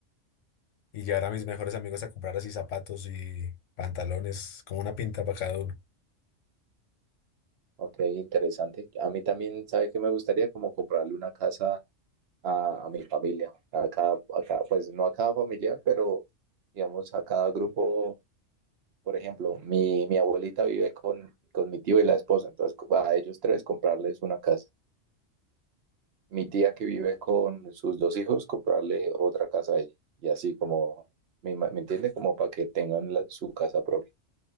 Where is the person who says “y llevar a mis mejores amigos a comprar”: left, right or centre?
Left